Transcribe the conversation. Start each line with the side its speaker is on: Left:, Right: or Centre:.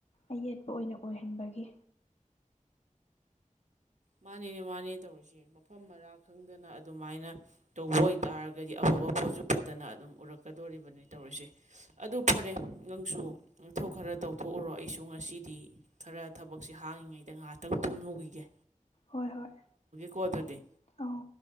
Left: ꯑꯌꯦꯠꯄ ꯑꯣꯏꯅ ꯑꯣꯏꯍꯟꯕꯒꯤ
Right: ꯃꯥꯅꯦꯅꯦ ꯃꯥꯅꯦ ꯇꯧꯔꯤꯁꯦ ꯃꯐꯝ ꯃꯔꯥ ꯈꯪꯗꯅ ꯑꯗꯨꯃꯥꯏꯅ ꯇꯧꯕ ꯑꯣꯏꯇꯥꯔꯒꯗꯤ ꯑꯐꯕ ꯄꯣꯠꯁꯨ ꯐꯠꯇꯅ ꯑꯗꯨꯝ ꯎꯔꯛꯀꯗꯣꯔꯤꯕꯅꯤ ꯇꯧꯔꯤꯁꯦ ꯑꯗꯨ ꯐꯔꯦ ꯅꯪꯁꯨ ꯅꯪꯊꯧ ꯈꯔ ꯇꯧꯊꯣꯛꯎꯔꯣ ꯑꯩꯁꯨ ꯉꯁꯤꯗꯤ ꯈꯔ ꯊꯕꯛꯁꯦ ꯍꯥꯡꯉꯤꯉꯩꯗ ꯉꯥꯏꯍꯥꯛꯇꯪ ꯇꯨꯝꯍꯧꯈꯤꯒꯦ
Left: ꯍꯣꯏ ꯍꯣꯏ
Right: ꯀꯠꯇꯗꯤ
Left: ꯑꯧ